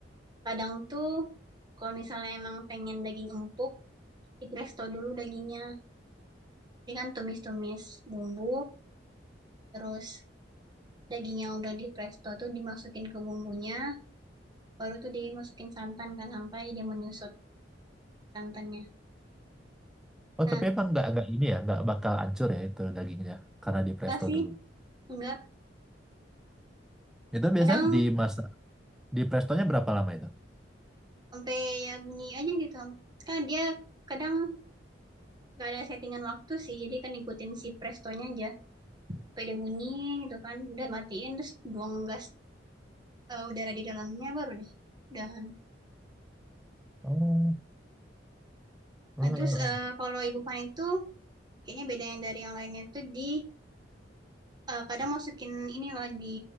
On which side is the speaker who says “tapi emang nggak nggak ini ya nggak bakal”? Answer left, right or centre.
Centre